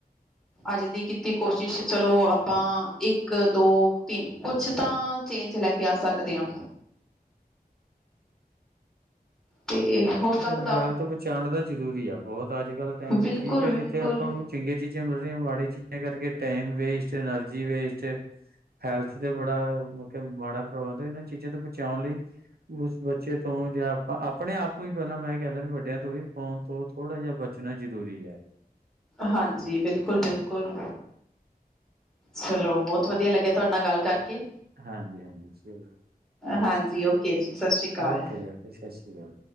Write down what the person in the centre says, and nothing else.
ਅੱਜ ਦੀ ਕੀਤੀ ਕੋਸ਼ਿਸ਼ ਚਲੋ ਆਪਾਂ ਇੱਕ ਦੋ ਤਿੰਨ ਕੁਛ ਤਾਂ ਚੇਂਜ ਲੈ ਕੇ ਆ ਸਕਦੇ ਹਾਂ ਤੇ ਹੋ
ਸਕਦਾ
ਬਿਲਕੁਲ-ਬਿਲਕੁਲ।
ਹਾਂਜੀ ਬਿਲਕੁਲ ਬਿਲਕੁਲ ਚਲੋ ਬਹੁਤ ਵਧੀਆ ਲੱਗਿਆ ਤੁਹਾਡੇ ਨਾਲ ਗੱਲ ਕਰਕੇ
ਹਾਂਜੀ ਓਕੇ ਜੀ ਸਤ ਸ੍ਰੀ ਅਕਾਲ